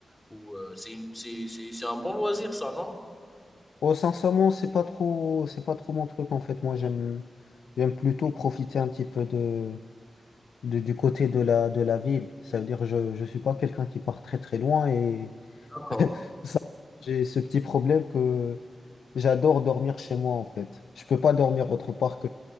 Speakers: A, on the left (about 15°); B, on the left (about 80°).
A: ou, heu, c'est une c'est c'est c'est un bon loisir ça, non?
B: Oh, sincèrement, c'est pas trop, c'est pas trop mon truc en fait. Moi, j'aime, j'aime plutôt profiter un petit peu de, de- du côté de la, de la ville. Ça veut dire, je, je suis pas quelqu'un qui part très très loin et
A: D'accord,
B: ça, j'ai ce petit problème que j'adore dormir chez moi en fait. Je peux pas dormir autre part que.